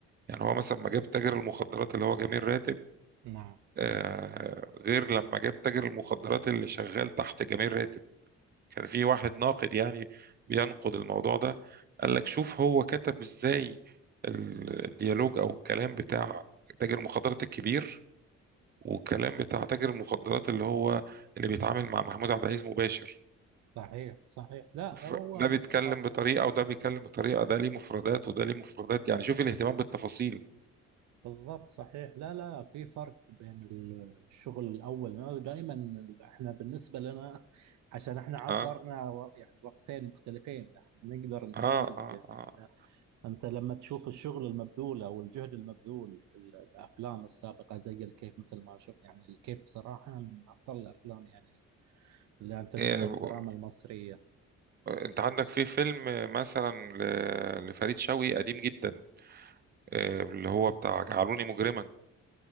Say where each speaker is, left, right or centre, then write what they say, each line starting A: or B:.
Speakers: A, on the right (about 30°); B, on the right (about 70°).
A: يعني هو مثلا ما جاب تاجر المخدرات اللي هو جميل راتب
B: نعم
A: آه، غير لما جاب تاجر المخدرات اللي شغال تحت جميل راتب كان في واحد ناقد يعني بينقد الموضوع ده قال لك شوف هو كتب ازاي الديالوج او الكلام بتاع تاجر المخدرات الكبير والكلام بتاع تاجر المخدرات اللي هو اللي بيتعامل مع محمود عبد العزيز مباشر
B: صحيح صحيح لا
A: ف-
B: هو
A: ده بيتكلم
B: طبعا
A: بطريقة وده بيتكلم بطريقة ده ليه مفردات وده ليه مفردات يعني شوف الاهتمام بالتفاصيل
B: بالضبط صحيح لا لا في فرق بين الشغل الاول أنا دائما احنا بالنسبه لنا عشان احنا عصرنا
A: اه
B: و- يعني وقتين مختلفين احنا نقدر نميز
A: اه اه,
B: يعني أنت لما تشوف الشغل المبذول أو الجهد المبذول في ال- الأفلام السابقة زي الكيف مثل ما شفت يعني الكيف بصراحة من أفضل الأفلام يعني اللي أنتجتها
A: آه.
B: الدراما المصرية
A: انت عندك في فيلم مثلا ل- لفريد شوقي قديم جدا آه، اللي هو بتاع جعلوني مجرما